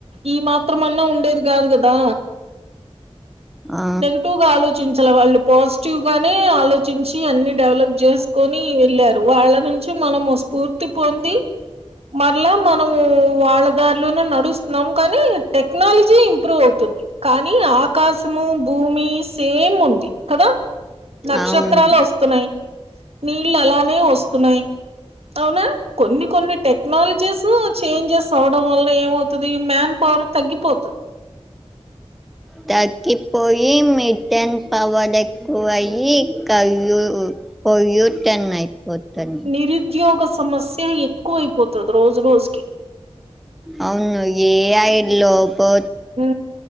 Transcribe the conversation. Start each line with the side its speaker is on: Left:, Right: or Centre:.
Right: ఈ మాత్రంమన్నా ఉండేది కాదు కదా
Centre: ఆ,
Right: నెగిటివ్ గాా అలోచించి వాళ్ళు పాజిటివ్ గానే ఆలోచించి అన్ని డెవలప్ చేసుకొని వెళ్ళారు వాళ్ళ నుంచి మనము స్ఫూర్తి పొంది మరల మనము వాళ్ళదారిలోనే నడుస్తున్నాము కానీ టెక్నాలజీ ఇంప్రూవ్ అవుతుంది కానీ ఆకాశము భూమి సేమ్ ఉంది కదా నక్షత్రాలు
Centre: అవును
Right: వస్త న్నయి నీళ్లు అలానే వస్తున్నాయి అవునా కొన్ని కొన్ని టెక్నాలజీస్ చేంజెస్ అవడం వల్ల ఏమవుతది ఈ మ్యాన్ పవర్ తగ్గిపోతది
Centre: తకిపోయి మీట్టన్ పవర్ ఏకువయి కయూ పొల్యూచన్ అయిపోతాన్నే
Right: నిరుద్యోగ సమస్య ఎక్కువ అయిపోతుంది రోజు రోజుకి
Centre: అవును ఏఐ లోబో
Right: ఉ